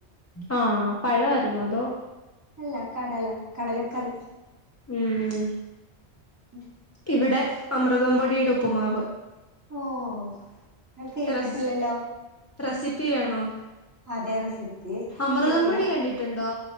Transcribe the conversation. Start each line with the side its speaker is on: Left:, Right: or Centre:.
Left: ആഹ് പഴവായിരുന്നോ അതോ?
Right: അല്ല കടല കടലക്കറി
Left: ഉം
Right: ഉ
Left: ഇവിടെ അമൃതംപൊടിയുടെപ്പുമാവ്
Right: ഓഹ് അഹ് കേട്ടിട്ടില്ലല്ലോ
Left: റസ് റെസിപ്പി വേണോ
Right: അതെ റെസിപ്പി
Left: അമൃതം
Right: കിട്ടിയാ
Left: പൊടി കണ്ടിട്ടുണ്ടോ